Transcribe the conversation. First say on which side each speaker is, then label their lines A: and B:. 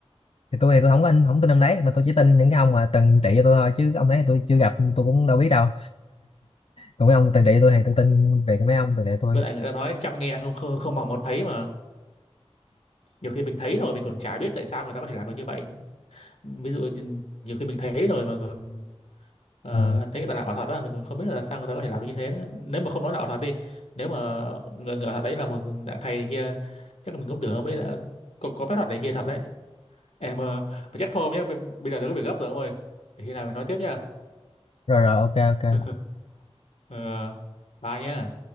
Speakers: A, on the left; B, on the left.
A: thì tôi thì tôi không có anh không tin ông đấy mà tôi chỉ tin những cái ông mà từng trị cho tôi thôi chứ cái ông đấy thì tôi chưa gặp tôi cũng đâu biết đâu còn mấy ông từng trị tôi thì tôi tin về cái mấy ông từng trị tôi
B: với lại người ta nói trăm nghe không không không bằng một thấy mà nhiều khi mình thấy rồi mình còn chả biết tại sao người ta có thể làm được như vậy ví dụ như, nhiều khi mình thấy rồi mà còn Ờ,
A: Ờ,
B: em thấy người ta làm ảo thuật đó mình còn không biết là sao người ta có thể làm được như thế đó nếu mà không nói là ảo thuật đi nếu mà người, người ảo thuật đấy là một dạng thầy này kia chắc là mình cũng tưởng ông ấy là có, có phép thuật này kia thật đấy em ờ, mà chắc thôi ông nhé bây, bây giờ tôi có việc gấp rồi ông ơi để khi nào mình nói tiếp nha
A: rồi rồi ok ok
B: <laughs> ờ bye nhé